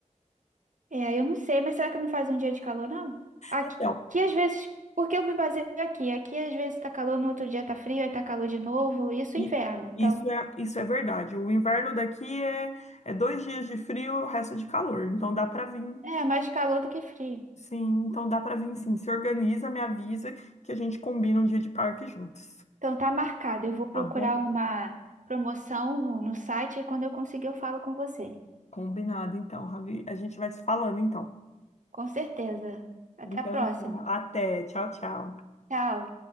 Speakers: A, on the right; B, on the left.
A: É, eu não sei, mas será que não faz um dia de calor, não? Aqui,
B: Então,
A: aqui às vezes, porque eu me baseio aqui. Aqui às vezes tá calor, no outro dia tá frio, aí tá calor de novo. Isso
B: E
A: é inverno. Então,
B: Isso é, isso é verdade. O inverno daqui é, é dois dias de frio e o resto é de calor. Então dá para vir,
A: é mais calor do que frio.
B: sim. Então dá para vir, sim. Se organiza, me avisa que a gente combina um dia de parque juntos.
A: Então tá marcado. Eu vou procurar
B: Tá bom?
A: uma promoção no, no site e quando eu conseguir eu falo com você.
B: Combinado, então, Ravi. A gente vai se falando, então.
A: Com certeza. Até
B: Então,
A: a próxima.
B: tá. até. Tchau, tchau.
A: Tchau.